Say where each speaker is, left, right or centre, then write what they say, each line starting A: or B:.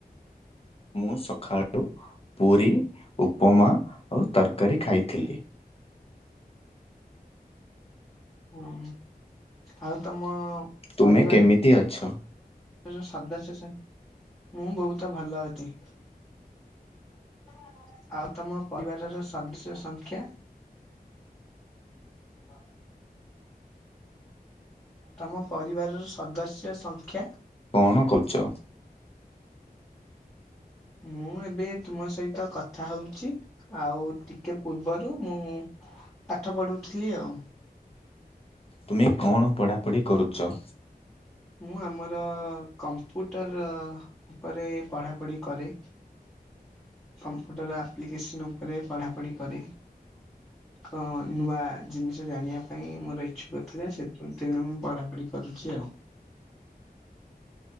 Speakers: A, on the left; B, on the left.
A: ମୁଁ ସକାଳୁ ପୁରି ଉପମା ଆଉ ତରକାରୀ ଖାଇଥିଲି।
B: ହୁଁ ଆଉ ତମ
A: ତୁମେ
B: ପରିବାରର
A: କେମିତି ଅଛ?
B: <unintelligible> ମୁଁ ବହୁତ ଭଲ ଅଛି। ହଁ <unintelligible> ଆଉ ତମ ପରିବାରର ସଦସ୍ୟ ସଂଖ୍ୟା? ହଁ ତମ ପରିବାରର ସଦସ୍ୟ ସଂଖ୍ୟା?
A: କଣ କରୁଛ?
B: ମୁଁ ଏବେ ତୁମ ସହିତ କଥା ହଉଛି ଆଉ ଟିକେ ପୂର୍ବରୁ ମୁଁ ପାଠ ପଢୁଥିଲି ଆଉ।
A: ତୁମେ କଣ ପଢାପଢି କରୁଛ?
B: ମୁଁ ଆମର କମ୍ପୁଟର ଉପରେ ପଢାପଢି କରେ। କମ୍ପ୍ୟୁଟର ଆପ୍ଲିକେସନ୍ ଉପରେ ପଢ଼ାପଢ଼ି କରେ। କଣ ନୂଆ ଜିନିଷ ଜାଣିବା ପାଇଁ ମୋର ଇଚ୍ଛୁକଥିଲା ସେଥି ତେଣୁ ମୁଁ ପଢ଼ାପଢ଼ି କରୁଛି ଆଉ।